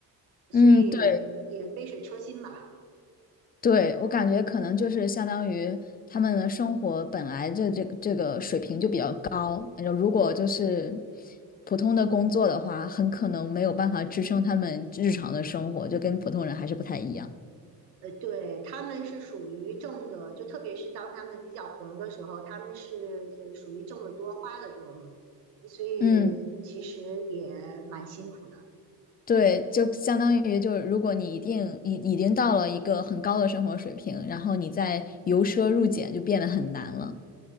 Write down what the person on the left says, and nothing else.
嗯，对对，我感觉可能就是相当于他们的生活本来这这个这个水平就比较高，然后如果就是
普通的工作的话，很可能没有办法支撑他们日常的生活，就跟普通人还是不太一样。
嗯。对，就相当于就是，如果你一定已已经到了一个很高的生活水平，然后你再由奢入俭就变得很难了。